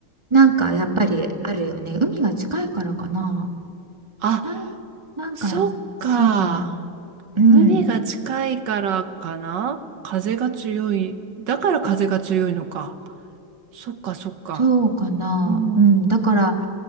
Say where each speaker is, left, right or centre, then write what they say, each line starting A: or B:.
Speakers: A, on the right; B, on the right.
A: なんかやっぱりあるよね。海が近いからかな。
B: あ、
A: なん、なんか、
B: そっか。
A: そうかな。うん、
B: 海が近いからかな風が強い。だから風が強いのか。そっかそっか。
A: そうかな。
B: うん。
A: うん、
B: うん。
A: だから、